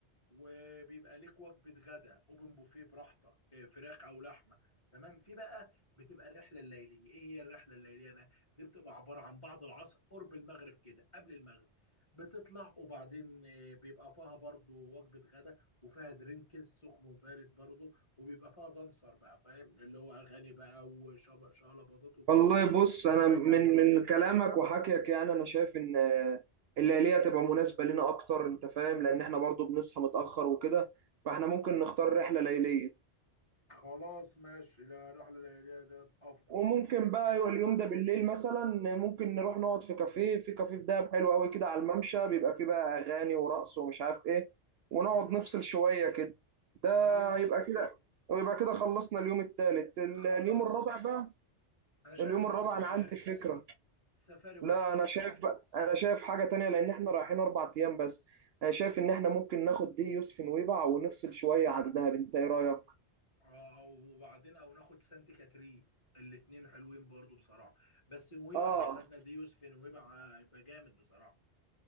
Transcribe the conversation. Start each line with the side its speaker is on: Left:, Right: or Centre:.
Left: وبيبقى ليك وجبه غدا اوبن بوفيه براحتك إيه، فراخ او لحمه تمام في بقى بتبقى الرحله الليليه ايه هي الرحله الليليه بقى دي بتبقى عباره عن بعد العصر قرب المغرب كده قبل المغرب بتطلع وبعدين إيه، بيبقى فيها برضو وجبه غدا وفيها درينكس سخن وبارد برضو وبيبقى فيها دانسر بقى فاهم اللي هو اغاني بقى وشغله باظت والكلام
Right: والله
Left: ده
Right: بص
Left: بتبقى
Right: انا من
Left: جامده برضو
Right: من كلامك وحكيك يعني انا شايف ان الليلية تبقى مناسبة لنا اكتر انت فاهم لان احنا برضو بنصحى متأخر وكده فاحنا ممكن نختار رحلة ليلية
Left: خلاص ماشي لا الرحله الليليه ديت افضل
Right: وممكن بقى
Left: إيه،
Right: يبقى اليوم ده بالليل مثلا ممكن نروح نقعد في كافيه في كافيه في دهب حلو قوي كده على الممشى بيبقى فيه بقى اغاني ورقص ومش عارف ايه ونقعد
Left: مم،
Right: نفصل شوية كده
Left: خلاص
Right: هيبقى كده ويبقى كده خلصنا اليوم الثالث اليوم
Left: خلاص
Right: الرابع بقى
Left: انا شايف
Right: اليوم
Left: ان
Right: الرابع
Left: هو سفاري
Right: انا عندي فكرة
Left: سفاري وش
Right: لا انا شايف بقى انا شايف حاجة تانية لان احنا رايحين اربع ايام بس انا شايف ان احنا ممكن ناخد دي يوسف نويبع ونفصل شوية عن دهب انت ايه رأيك
Left: اه او وبعدين او ناخد سانت كاترين الاتنين حلوين برضو بصراحه بس نويبع
Right: اه
Left: لو خدنا ديوس في نويبع هيبقى جامد بصراحه